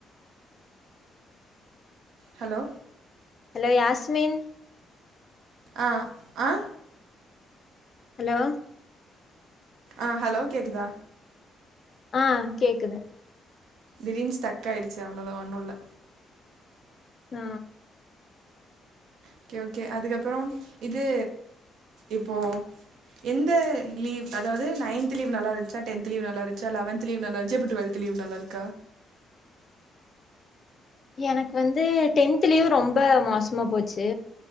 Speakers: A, on the right; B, on the left.
A: ஹலோ
B: ஹலோ யாஸ்மின்
A: ஆஹ ஆஹா
B: ஹலோ
A: ஆ ஹலோ கேக்குதா
B: ஆ கேக்குது
A: கிரீன்ஸ் டக் ஆயிடுச்சு அவ்வளோதான் ஒண்ணும்ல
B: ஆ
A: ஓகே ஓகே அதுக்கப்பறம் இது இப்போது எந்த லீவ் அதாவது நைன்த்த் லீவ் நல்லாிருந்துச்சா டென்த் லீவ் நல்லாிருந்துச்சா லெவன்த் லீவ் நல்லாிருந்துச்சா இப்போ டுவெல்த் லீவ் நல்லாிருக்கா
B: எனக்கு வந்து டென்தலயும் ரொம்ப மோசமா போச்சு